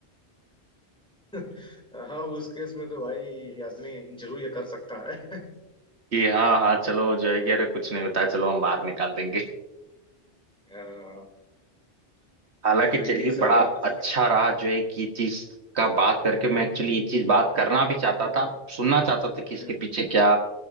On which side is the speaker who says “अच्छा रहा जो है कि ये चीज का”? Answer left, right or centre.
Right